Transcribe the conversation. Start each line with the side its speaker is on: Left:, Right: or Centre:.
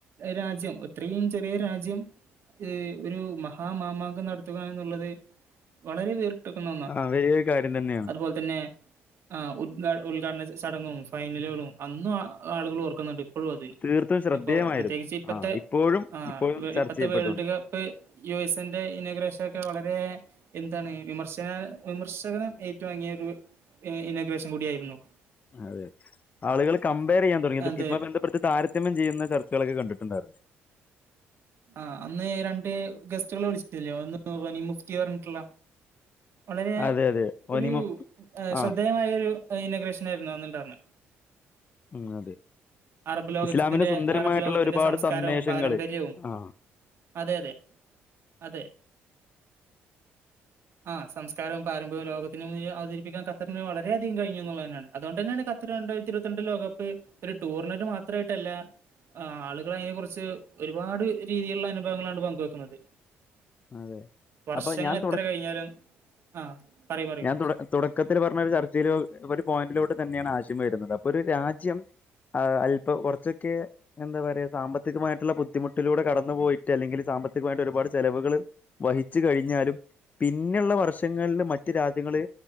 Right: രാജ്യം ഇത്രയും ചെറിയ രാജ്യം ഹ് ഒര് മഹാമാമാങ്കം നടത്തുക എന്നുള്ളത് വളരെ വേർ ക്ക്ന്ന ഒന്നാ
Left: ആഹ് വലിയൊരു കാര്യം തന്നെയാണ്.
Right: അതുപോലെ തന്നെ ആ ഉദ്ഘാ ഉദ്ഘാടന ചടങ്ങും ഫൈനലുകളും അന്നും ആളുകൾ ഓർക്ക്ന്ന്ണ്ട് പ്പൊഴും അത്
Left: തീർത്തും ശ്രദ്ധേയമായിരുന്നു
Right: ഇപ്പോ പ്രത്യേകിച്ച് ഇപ്പത്തെ
Left: ആ ഇപ്പോഴും
Right: ആ
Left: ഇപ്പോഴും ചർച്ച
Right: ഇപ്പത്തെ
Left: ചെയ്യപ്പെട്ടുണ്ട്
Right: വേൾഡ് കപ്പ് യുഎസ്ന്റെ ഇനാഗുരേഷൻ ഒക്കെ വളരെ എന്താണ് വിമർശന വിമർശകനം ഏറ്റു വാങ്ങിയ ഒരു ഏ ഇനാഗ്രേഷൻ കൂട്യേയ്ര്ന്നു
Left: അതെ ആളുകൾ കമ്പയർ ചെയ്യാൻ തുടങ്ങി ഇത്
Right: എന്ത്
Left: ഇതുമായി ബന്ധപ്പെടുത്തി താരതമ്യം ചെയ്യുന്ന ചർച്ചകളൊക്കെ കണ്ടിട്ടുണ്ടായിരുന്നു
Right: ആ അന്ന് രണ്ട് ഗസ്റ്റുകളെ വിളിച്ചിട്ടില്ലേ ഒന്ന് വനീംമുഫ്തി പറഞ്ഞിട്ട്ള്ള വളരെ
Left: അതെ അതെ
Right: ഒരു
Left: ഒനിമു
Right: ഏ
Left: ആ
Right: ശ്രദ്ധേയമായൊരു അ ഇനാഗുരേഷൻ വര്ന്നാേന്ന്ണ്ടാർന്ന്
Left: ഉം അതെ
Right: അറബ് ലോകത്തിറെ
Left: ഇസ്ലാമിന് സുന്ദരമായിട്ടുള്ള
Right: അറബ് ലോകത്തിന്റെ
Left: ഒരുപാട്
Right: സംസ്കാരവും
Left: സന്ദേശങ്ങള്
Right: പാരമ്പര്യവും
Left: ആ
Right: അതെ അതെ അതെ
Left: <unintelligible>
Right: ആ സംസ്കാരവും പാരമ്പര്യവും ലോകത്തിനന് അവതരിപ്പിക്കാൻഖത്തറിന് വളരെയധികം കഴിഞ്ഞു എന്നുള്ളത് തന്നെയാണ് അതുകൊണ്ട് തന്നെയാണ് ഖത്തർ രണ്ടായിരത്തി ഇരുപത്തി രണ്ട് ലോകകപ്പ് ഒരു ടൂർണെന്റ് മാത്രമായിട്ടല്ല ആ ആളുകൾ അതിനെ കുറിച്ച് ഒരുപാട് രീതിയിലുള്ള അനുഭവങ്ങളാണ് പങ്കുവെക്കുന്നത്
Left: അതെ
Right: വർഷങ്ങൾ
Left: അപ്പൊ ഞാൻ
Right: എത്ര
Left: തുട
Right: കഴിഞ്ഞാലും ആഹ് പറയൂ പറയൂ
Left: ഞാൻ തു തുടക്കത്തി പറഞ്ഞരു ചർച്ചേൽ പോയിന്റിലോട്ട് തന്നെയാണ് ആശയം വരുന്നത് അപ്പൊ ഒരു രാജ്യം ആ അൽപ്പം കുറച്ചൊക്കെ എന്താ പറയാ സാമ്പത്തികമായിട്ടുള്ള ബുദ്ധിമുട്ടിലൂടെ കടന്നു പോയിട്ട് അല്ലെങ്കിൽ സാമ്പത്തികമായിട്ട് ഒരുപാട് ചെലവുകൾ വഹിച്ചു കഴിഞ്ഞാലും പിന്നെയുള്ള വർഷങ്ങളില് മറ്റ് രാജ്യങ്ങള്